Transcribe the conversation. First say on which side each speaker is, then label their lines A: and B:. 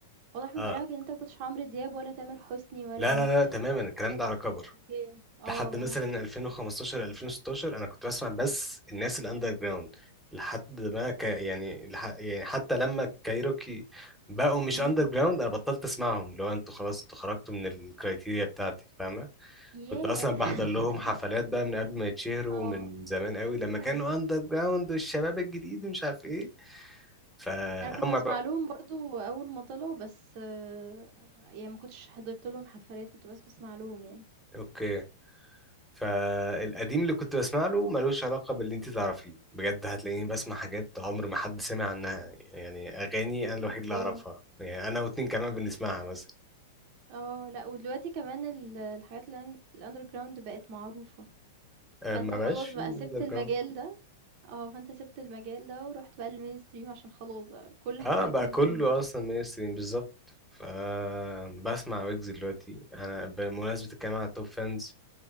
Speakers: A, on the right; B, in the centre.
A: واضح من
B: اه
A: كلامك إن أنت ما كنتش عمرو دياب ولا تامر حسني ولا
B: لا
A: إليسا
B: لا لا تماما
A: يعني.
B: الكلام ده على كبر
A: أوكي. آه،
B: لحد مثلا
A: آه،
B: 2015 2016 انا كنت بسمع بس الناس الاندر جراوند لحد ما ك... يعني لح... يعني حتى لما كايروكي بقوا مش
A: إمم،
B: اندر جراوند انا بطلت اسمعهم لو انتوا خلاص انتوا خرجتوا من الكرايتيريا بتاعتي فاهمه
A: ياه!
B: كنت اصلا
A: <laughs>
B: بحضر لهم حفلات بقى من قبل ما يتشهروا
A: آه،
B: من زمان قوي لما
A: أيوه.
B: كانوا اندر جراوند والشباب الجديد ومش عارف ايه فهم
A: أنا كنت باسمع
B: بقى
A: لهم برضه أول ما طلعوا بس آآ، يعني ما كنتش حضرت لهم حفلات، كنت بس باسمع لهم يعني.
B: اوكي فالقديم اللي كنت بسمع له ملوش علاقة باللي انت تعرفيه بجد هتلاقيني بسمع حاجات عمر ما حد سمع عنها يعني أغاني أنا الوحيد
A: أوكي.
B: اللي أعرفها يعني أنا واتنين كمان بنسمعها مثلا
A: آه، لأ ودلوقتي كمان ال الحاجات الأن الunderground بقت معروفة،
B: آه،
A: فأنت
B: ما
A: خلاص
B: بقاش في
A: بقى
B: أندر
A: سِبت المجال
B: جراوند
A: ده آه، فأنت سِبت المجال ده ورُحت بقى للmainstream عشان خلاص بقى كل
B: اه
A: حاجة بقت
B: بقى
A: mainstream
B: كله
A: أصلًا.
B: أصلا مينستريم بالظبط ف بسمع ويجز دلوقتي أنا بمناسبة الكلام عن التوب فانز